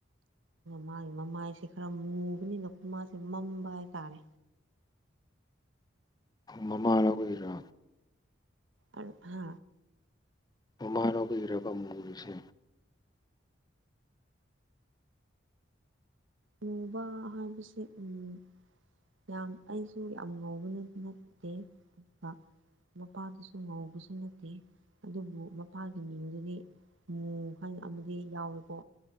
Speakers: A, on the right (about 80°); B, on the left (about 20°).
A: ꯃꯥꯒꯤ ꯃꯃꯥꯏꯁꯦ ꯈꯔ ꯃꯨꯕꯅꯤꯅ ꯃꯥꯁꯦ ꯃꯝꯕ ꯍꯥꯏꯇꯥꯔꯦ
B: ꯃꯃꯥ ꯂꯧꯋꯤꯔꯣ
A: ꯑꯣ ꯍꯥ
B: ꯃꯃꯥ ꯂꯧꯕꯒꯤꯔꯕ ꯃꯨꯔꯤꯁꯦ
A: ꯃꯨꯕ ꯍꯥꯏꯕꯁꯦ ꯎꯝ ꯌꯥꯝ ꯑꯩꯁꯨ ꯌꯥꯝ ꯉꯧꯕꯗꯤ ꯅꯠꯇꯦ ꯗꯥ ꯃꯄꯥꯗꯨꯁꯨ ꯉꯧꯕꯁꯨ ꯅꯠꯇꯦ ꯑꯗꯨꯕꯨ ꯃꯄꯥꯒꯤ ꯃꯤꯡꯗꯨꯗꯤ ꯃꯨ ꯍꯥꯏꯅ ꯑꯃꯗꯤ ꯌꯥꯎꯋꯤꯀꯣ